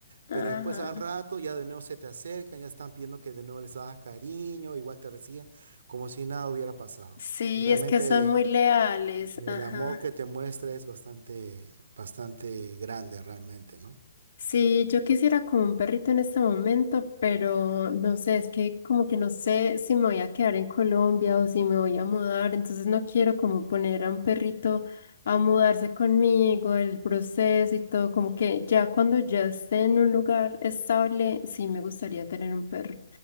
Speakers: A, on the left; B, on the right.
A: Ajá.
B: Pero después al rato ya de nuevo se te acercan, ya están pidiendo que de nuevo les hagas cariño, igual te reciben, como si nada hubiera pasado.
A: Sí,
B: Y realmente
A: es que son
B: eh,
A: muy leales.
B: el
A: Ajá.
B: amor que te muestra es bastante, bastante grande realmente, ¿no?
A: Sí, yo quisiera como un perrito en este momento, pero no sé, es que como que no sé si me voy a quedar en Colombia o si me voy a mudar, entonces no quiero como poner a un perrito a mudarse conmigo, el proceso y todo, como que ya cuando ya esté en un lugar estable, sí me gustaría tener un perro.